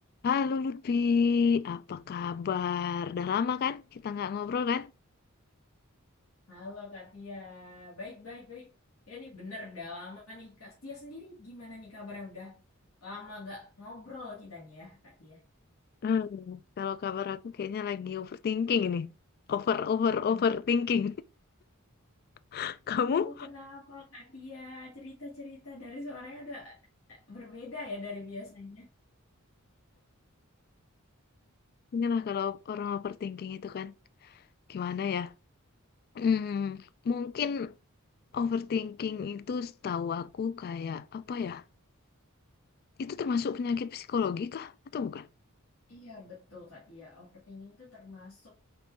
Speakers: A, on the left; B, on the left.
A: Halo Lutfi, apa kabar? Udah lama kan? Kita nggak ngobrol kan?
B: Halo Kak Tia, baik baik baik. Ya nih bener, udah lama nih. Kak Tia sendiri gimana nih kabarnya? Udah lama gak ngobrol kita nih ya Kak Tia.
A: Hmm, kalau kabar aku kayaknya lagi overthinking ini. Over, over,
B: Aduh,
A: overthinking. <laughs> Kamu?
B: kamu kenapa Kak Tia? Cerita-cerita dari suaranya udah eh, berbeda ya dari biasanya.
A: Inilah kalau orang overthinking itu kan. Gimana ya? Hmm, mungkin overthinking itu setahu aku kayak apa ya? Itu termasuk penyakit psikologi kah? Atau bukan?
B: Iya betul Kak Tia, overthinking itu termasuk